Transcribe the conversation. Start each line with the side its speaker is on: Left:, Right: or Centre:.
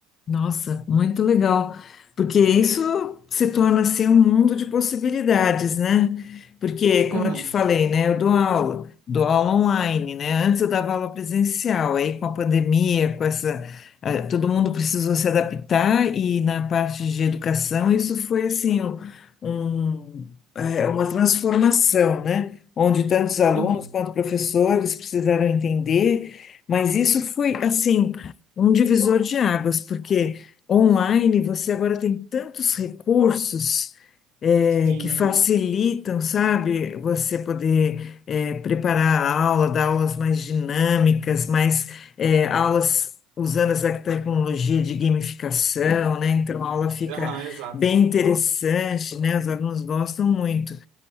Left: Nossa, muito legal, porque isso se torna assim um mundo de possibilidades, né? Porque, como
Right: Uhum,
Left: eu te falei, né, eu dou aula, dou aula online, né? Antes eu dava aula presencial, aí com a pandemia, com essa, eh, todo mundo precisou se adaptar e na parte de educação isso foi assim um, um, eh, uma transformação, né? Onde tantos alunos
Right: uhum.
Left: quanto professores precisaram entender, mas isso foi assim um divisor de águas, porque online você agora tem tantos recursos eh,
Right: Sim.
Left: que facilitam, sabe, você poder eh, preparar a aula, dar aulas mais dinâmicas, mais eh, aulas usando essa tecnologia de gamificação, né? Então a aula fica
Right: Aham, exato.
Left: bem interessante, né? Os alunos gostam muito.